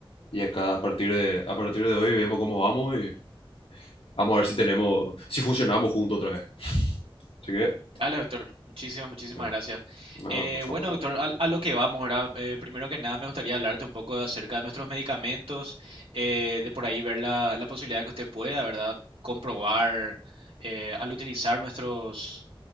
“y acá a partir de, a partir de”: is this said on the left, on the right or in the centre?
Left